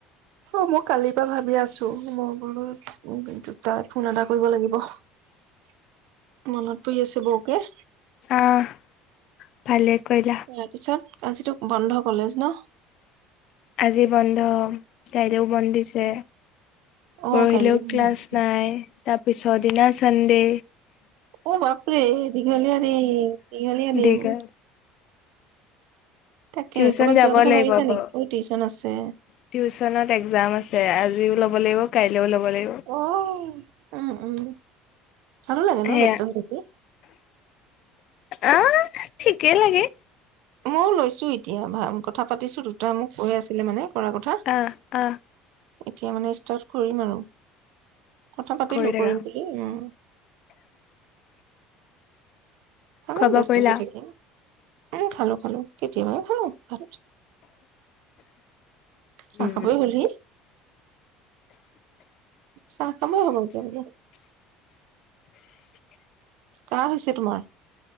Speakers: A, on the right (about 70°); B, on the left (about 50°).
A: অ', মই কালিৰ পৰা ভাবি আছো মই বোলো উ, দুটা ফোন এটা কৰিব লাগিব <unintelligible> মনত পৰি আছে বকে
B: অ', ভালে কৰিলা,
A: তাৰপিছত আজিতো বন্ধ কলেজ ন?
B: আজি বন্ধ, কাইলেও বন্ধ দিছে।
A: অ
B: পৰহিলেও
A: কাইলৈ বন্ধ
B: ক্লাছ
A: দিছে
B: নাই তাৰ পিছৰদিনা চান্দে
A: অ বাপৰে দীঘলীয়া দিন দীঘলীয়া দিন
B: দীঘল,
A: তাকে
B: টিউচন
A: ক'ৰবাত
B: যাব
A: যোৱা কথা
B: লাগিব
A: ভাবিছা
B: বৌ
A: নেকি অ টিউচন আছে
B: টিউচনত এক্জাম আছে আজিও ল'ব লাগিব কাইলৈও লব লাগিব।
A: অ উম উম ভালো লাগে
B: সেয়া,
A: ন ব্যস্ত হৈ থাকি
B: অহ ঠিকেই লাগে
A: ময়ো লৈছো এ এতিয়া ভ কথা পাতিছো দেখোন ত মোক কৈ আছিলে মানে কৰা কথা
B: অহ অহ
A: এতিয়া মানে ষ্টাৰ্ট কৰিম আৰু কথা পাতিলো
B: কৰি থাকা।
A: কৰিম বুলি উ অলপ
B: খোৱা বোৱা
A: ব্যস্ত
B: কৰিলা?
A: হৈ থাকিম উম খালো খালো কেতিয়াবাই শেষ খালো ভাত চাহ
B: উম,
A: খাবই হলহি চাহ খাবই হব এতিয়া কাহঁ হৈছে তোমাৰ